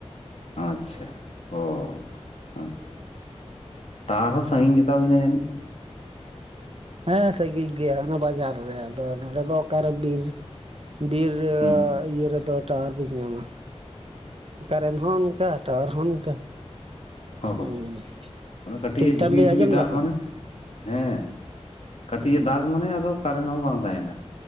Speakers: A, on the left; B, on the right.
A: ᱟᱪᱪᱷᱟ ᱚᱻ ᱟᱸ ᱴᱟᱣᱟᱨ ᱦᱚᱸ‌ ᱥᱟᱺᱜᱤᱧ ᱜᱮᱛᱟᱵᱤᱱᱟ ᱡᱟᱹᱱᱤᱡ?
B: ᱦᱮᱸ ᱥᱟᱹᱜᱤ ᱜᱮᱭᱟ ᱦᱟᱱᱮ ᱵᱟᱡᱟᱨ ᱨᱮ ᱟᱫᱚ ᱱᱚᱰᱮ ᱫᱚ ᱚᱠᱟᱨᱮ ᱵᱤᱨ ᱵᱤᱨ ᱨᱮᱭᱟᱜ
A: ᱦᱩᱸ
B: <unintelligible> ᱤᱭᱟᱹ ᱨᱮᱫᱚ ᱴᱟᱣᱟᱨ ᱵᱤᱱ ᱧᱟᱢᱟ᱾ ᱠᱟᱨᱮᱱ ᱦᱚᱸ ᱚᱱᱠᱟ ᱴᱟᱣᱟᱨ ᱦᱚᱸ ᱚᱱᱠᱟ᱾
A: ᱦᱚᱸ
B: ᱦᱩᱸ
A: ᱦᱚᱸ ᱦᱚᱸ ᱚᱱᱟ ᱠᱟᱹᱴᱤᱡ
B: ᱴᱷᱤᱠ
A: ᱮ ᱡᱷᱤᱵᱤ
B: ᱴᱷᱟᱠ ᱵᱤᱱ
A: ᱡᱷᱤᱵᱤ
B: ᱟᱸᱡᱚᱢ
A: ᱫᱟᱜ
B: ᱫᱟᱛᱚ
A: ᱢᱟᱱᱮ ᱦᱮᱸ ᱠᱟᱹᱴᱤᱡ
B: ᱦᱩᱸ᱾
A: ᱮ ᱫᱟᱜᱽ ᱢᱟᱱᱮ ᱟᱫᱚ ᱠᱟᱨᱮᱱ ᱦᱚᱸ ᱵᱟᱝ ᱛᱟᱸᱦᱮᱱᱟ᱾